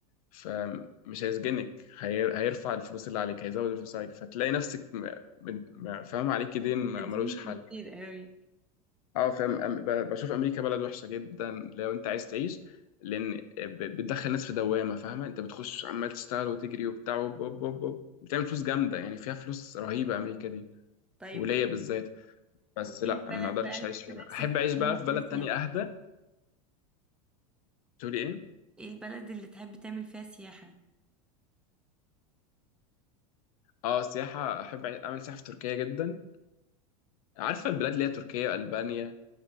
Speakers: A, on the left (about 75°); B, in the centre.
A: فمش هيسجنك هير... هيرفع الفلوس اللي عليك هيزود الفلوس عليك فتلاقي نفسك م... من... م... فاهمه عليك دين م-
B: قديم
A: ملوش حل
B: كتير قوي
A: اه فاهم أم- ب- بشوف امريكا بلد وحشه جدا لو انت عايز تعيش لان ب- بتدخل ناس في دوامه فاهمه انت بتخش عمال تشتغل وتجري وبتاع وب وب وب وب. بتعمل فلوس جامده يعني فيها فلوس رهيبه امريكا دي
B: طيب
A: وليا
B: وايه
A: بالذات بس
B: وايه
A: لا
B: البلد
A: ما اقدرش
B: بقى اللي
A: اعيش
B: انت
A: فيها
B: نفسك
A: احب اعيش بقى
B: تعمل
A: في بلد
B: فيها سياحة
A: تانية اهدى تقولي ايه
B: ايه البلد اللي تحب تعمل فيها سياحة
A: اه سياحه احب أعي- اعمل سياحه في تركيا جدا عارفه البلاد اللي هي تركيا البانيا